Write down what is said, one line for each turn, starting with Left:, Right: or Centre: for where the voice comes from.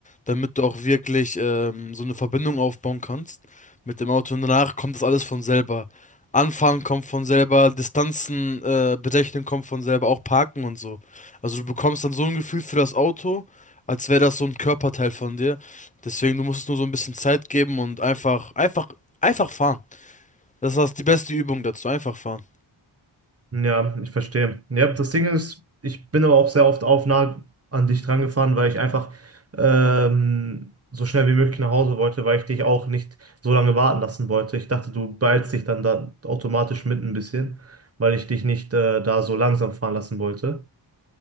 Left: damit du auch wirklich ähm, so eine Verbindung aufbauen kannst mit dem Auto. Und danach kommt das alles von selber. Anfahren kommt von selber, Distanzen äh, berechnen kommt von selber, auch Parken und so. Also du bekommst dann so ein Gefühl für das Auto, als wäre das so ein Körperteil von dir. Deswegen, du musst es nur so ein bisschen Zeit geben und einfach, einfach, einfach fahren. Das ist die beste Übung dazu, einfach fahren.
Right: Ja, ich verstehe. Ja, das Ding ist, ich bin aber auch sehr oft auf nah an dich dran gefahren, weil ich einfach ähm, so schnell wie möglich nach Hause wollte, weil ich dich auch nicht so lange warten lassen wollte. Ich dachte, du beeilst dich dann da automatisch mit ein bisschen, weil ich dich nicht äh, da so langsam fahren lassen wollte.